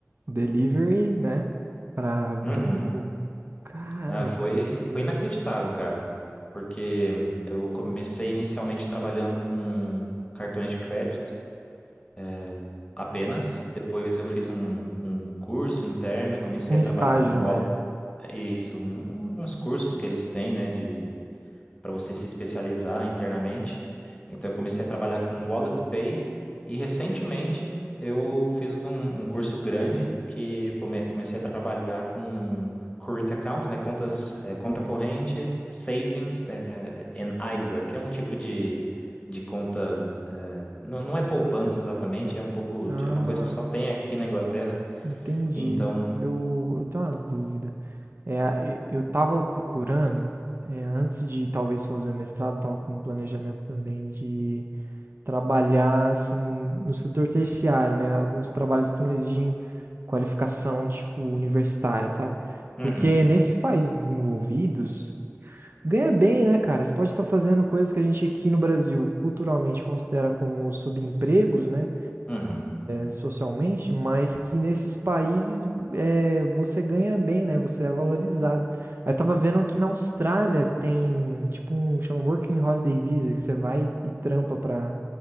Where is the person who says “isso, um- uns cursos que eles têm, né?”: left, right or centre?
Left